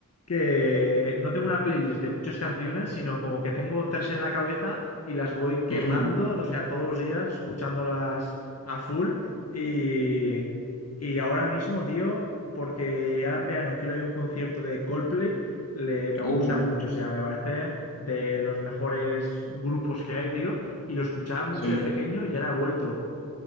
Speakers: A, on the left; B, on the left.
A: que no tengo una playlist de muchas canciones, sino como que tengo tres en la cabeza y las voy quemando,
B: Mm,
A: o sea, todos los días escuchándolas a full. Y, y ahora mismo, tío, porque ahora en verano quiero ir a un concierto de Coldplay, le, me gusta
B: uh,
A: mucho, o sea, me parece de los mejores grupos que hay, tío, y lo escuchaba mucho
B: sí.
A: de pequeño y ahora he vuelto.